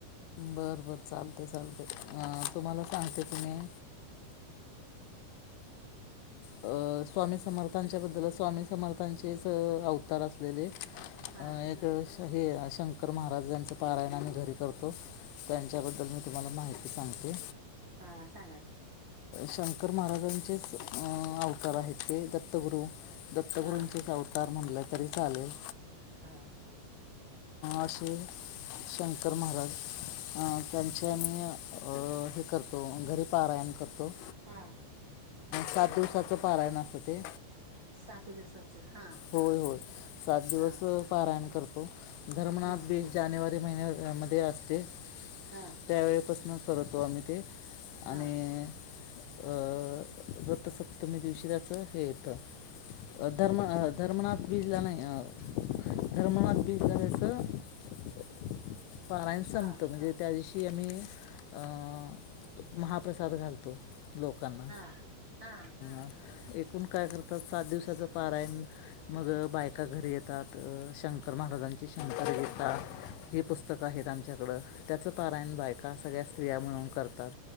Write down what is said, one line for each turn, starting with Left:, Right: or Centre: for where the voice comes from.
Left: बर बर चालते चालते अ. तुम्हाला सांगते तुम्ही. अ स्वामी समर्थांच्या बद्दल स्वामी समर्थांचेच अवतार असलेले.
Right: हा
Left: अ एक हे शंकर महाराज यांचे पारायणमही घरी करतो. त्यांच्याबद्दल मी तुम्हाला माहिती सांगते.
Right: हा सांगा क.
Left: शंकर महाराजांचेच अवतार आहेत ते दत्तगुरू. दत्तगुरूंचेच
Right: हा
Left: अवतार म्हणले तरी चालेल.
Right: हा.
Left: असे शंकर महाराज. अ त्यांचे आमी अ हे करतो घरी पारायण करतो.
Right: हा.
Left: सात दिवसाचं पारायण असं ते.
Right: सात दिवसाच हा
Left: होय, होय सात दिवस
Right: हा
Left: पारायण कर धर्मनाथ
Right: हा
Left: बीज जानेवारी, महिन्या मध्ये असते
Right: हा
Left: त्यावेळीपस न करतो आम्ही ते आणि
Right: हा हा
Left: अं रतसप्तमी दिवशी त्याच हे येत अ धर्म अ धर्मनाथ बिजला नाही, अ धर्मनाथ बीज चालायचं. पाारायण संपतो
Right: हा
Left: म्हणजे त्या दिवशी आम्ही अं महाप्रसाद घालतो लोकांना
Right: हा हा
Left: अ एकूण काय करतात सात दिवसाचं पारायण, मग बायका घरी येतात अ शंकर महाराजांची शंकर गीता ही पुस स्तक आहेत आमच्याकडं त्याचं पारायण बायका सगळ्या स्त्रिया म्हणून करतात,